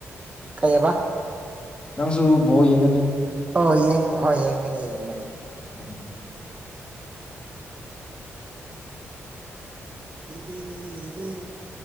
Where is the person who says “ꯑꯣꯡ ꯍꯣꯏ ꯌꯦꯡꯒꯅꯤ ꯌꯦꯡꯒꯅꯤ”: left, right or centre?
Right